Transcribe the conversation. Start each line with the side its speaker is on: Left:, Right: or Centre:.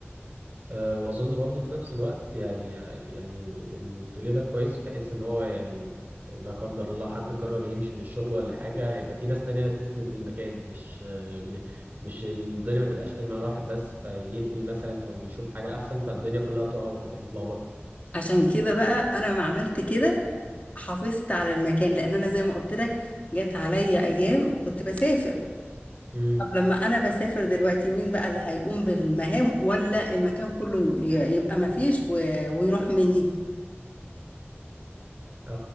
Right: أه واظن برضه في نفس الوقت يعني يعني اللي بتقوليه ده كويس في حيث ان هو يعني لا قدر الله حد قرر يمشي من الشغل ولا حاجه هيبقى في ناس تانية تسند المكان مش آه، مش مش الدنيا ما تبقاش قايمه على واحد بس فينقل مثلا او يشوف حاجه احسن فالدنيا كلها تقع وتبقى متلخبطه
Left: عشان كده بقى أنا ما عملت كده حافظت على المكان لأن أنا زي ما قلت لك جت عليا أيام كنت بسافر
Right: امم
Left: طب لما انا بسافر دلوقتي مين بقى اللي هيقوم بالمهام ولا المكان كله ي- يبقى ما فيش و- ويروح مني
Right: اه